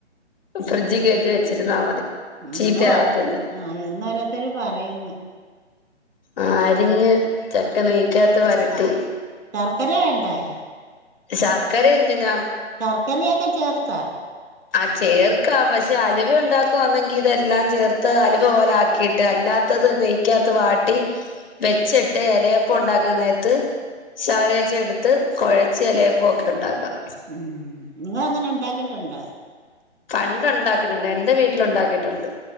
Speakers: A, on the left; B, on the right.
A: ഫ്രിഡ്ജ് കയറ്റി വെച്ചിരുന്നാൽ മതി
B: ഉന്ന്
A: ചീത്തയാവത്തില്ല
B: ആഹ എന്നൊരോത്തര് പറയന്ന്
A: ആ അരിഞ്ഞ് ചക്ക നെയക്കാത്ത വരട്ടി
B: ശർക്കരേണ്ടായോ
A: ശാർക്കാര എന്തിനാ
B: ശർക്കരയൊക്കെ ചേർത്താ
A: ആ ചേർക്കാം പക്ഷെ അലുവ ഉണ്ടാക്കുകവാന്നെങ്കി ഇതെല്ലാം ചേർത്ത് അലുവ് പോലെ ആക്കിട്ട് അല്ലാത്തത് നെയ്ക്കാത്ത വാട്ടി വെച്ചിട്ട് ഇലയപ്പ ഉണ്ടാക്കാൻ നേരത്ത് ശവരച്ച എടുത്ത് കുഴച്ച് ഇലയപ്പൊക്കെ ഉണ്ടാക്കാം
B: ഉം നിങ്ങ അങ്ങനെ ഉണ്ടാക്കിട്ടുണ്ടോ
A: പണ്ട ഉണ്ടാക്കിട്ടുണ്ട് എൻന്റെ വീട്ടില ഉണ്ടാക്കിട്ടുണ്ട്